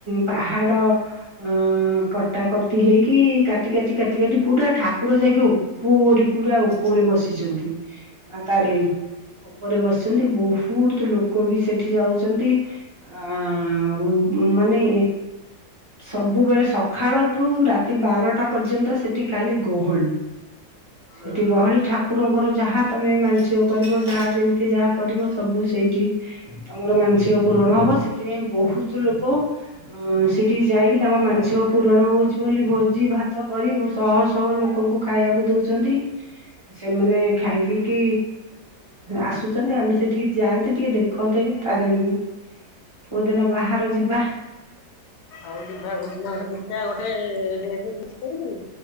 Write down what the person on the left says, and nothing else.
ହୁଁ
ଆଉ ଯିବା କୋଉଦିନ ଗୋଟେ ଦେଖିବା ଗୋଟେ ଡେଟ୍ ଫିକ୍ସ କରିକି